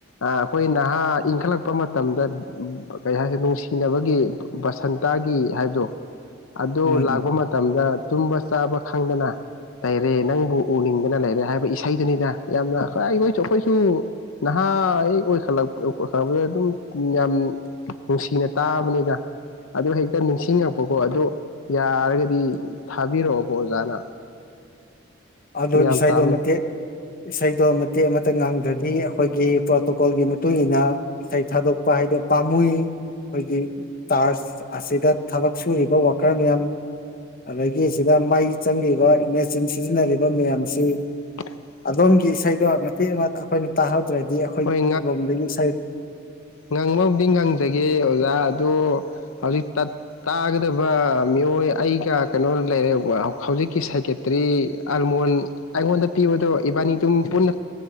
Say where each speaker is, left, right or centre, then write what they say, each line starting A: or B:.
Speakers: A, on the left; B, on the left.
A: ꯑꯩꯈꯣꯏ ꯅꯍꯥ ꯏꯪꯈꯠꯂꯛꯄ ꯃꯇꯝꯗ ꯀꯩ ꯍꯥꯏꯁꯦ ꯅꯨꯡꯁꯤꯅꯕꯒꯤ ꯕꯁꯟꯇꯥꯒꯤ ꯍꯥꯏꯕꯗꯣ ꯑꯗꯨ
B: ꯎꯝ
A: ꯂꯥꯛꯄ ꯃꯇꯝꯗ ꯇꯨꯝꯕ ꯆꯥꯕ ꯈꯪꯗꯅ ꯂꯩꯔꯦ ꯅꯪꯕꯨ ꯎꯅꯤꯡꯗꯅ ꯂꯩꯔꯦ ꯍꯥꯏꯕ ꯏꯁꯩꯗꯨꯅꯤꯗ ꯌꯥꯝꯅ ꯍ ꯑꯩꯈꯣꯏꯁꯨ ꯑꯩꯈꯣꯏꯁꯨ ꯅꯍꯥ ꯍ ꯑꯣꯏꯈꯠꯂꯛꯄꯈꯠꯂꯛꯄꯗ ꯑꯗꯨꯝ ꯌꯥꯝ ꯅꯨꯡꯁꯤꯅ ꯇꯥꯕꯅꯤꯕ ꯑꯗꯨꯗ ꯍꯦꯛꯇ ꯅꯤꯡꯁꯤꯡꯉꯛꯄꯀꯣ ꯑꯗꯨ ꯌꯥꯔꯒꯗꯤ ꯊꯥꯕꯤꯔꯛꯑꯣꯕ ꯑꯣꯖꯥꯅ
B: ꯑꯗ
A: ꯃꯤꯌꯥꯝ
B: ꯏꯁꯥꯏꯗ
A: ꯇꯥꯝꯃꯦ
B: ꯃꯦ ꯏꯁꯩꯗꯣ ꯃꯇꯦꯛ ꯑꯃꯠꯇ ꯉꯥꯡꯗ꯭ꯔꯗꯤ ꯑꯩꯈꯣꯏꯒꯤ ꯄ꯭ꯔꯣꯇꯣꯀꯣꯜꯒꯤ ꯃꯇꯨꯡ ꯏ ꯃꯇꯨꯡꯏꯟꯅ ꯁꯥꯏ ꯊꯥꯗꯣꯛꯄ ꯍꯥꯏꯍꯤꯗ ꯄꯥꯝꯨꯏ ꯑꯩꯈꯣꯏꯒꯤ ꯇꯥꯔꯁ ꯑꯁꯤꯗ ꯊꯕꯛ ꯁꯨꯔꯤꯕ ꯋꯥꯀꯔ ꯃꯌꯥꯝ ꯑꯗꯒꯤ ꯁꯤꯗ ꯃꯥꯏ ꯆꯪꯂꯤꯕ ꯃꯦꯆꯤꯟ ꯁꯤꯖꯤꯟꯅꯔꯤꯕ ꯃꯌꯥꯝꯁꯤ
A: <inaudible>
B: ꯑꯗꯣꯝꯒꯤ ꯏꯁꯩꯗꯣ ꯃꯇꯦꯛ ꯑꯃ ꯑꯩꯈꯣꯏꯅ ꯇꯥꯍꯧꯗ꯭ꯔꯗꯤ ꯑꯩꯈꯣꯏꯒꯤ
A: ꯍꯣꯏ
B: ꯔꯣꯝꯗꯒꯤ ꯏꯁꯩ
A: ꯉꯪꯕꯕꯨꯗꯤ ꯉꯪꯖꯒꯦ ꯑꯣꯖꯥ ꯑꯗꯣ ꯍꯧꯖꯤꯛ ꯇꯥ ꯇꯥꯒꯗꯕ ꯃꯤꯑꯣꯏ ꯑꯩꯒ ꯀꯩꯅꯣ ꯂꯩꯔꯦ ꯍꯧꯖꯤꯛꯀꯤ ꯁꯥꯏꯀꯦꯠ ꯇ꯭ꯔꯤ ꯑꯜꯃꯣꯟ ꯑꯩꯉꯣꯟꯗ ꯄꯤꯕꯗꯣ ꯏꯕꯥꯅꯤꯗꯨꯝ ꯄꯨꯟꯅ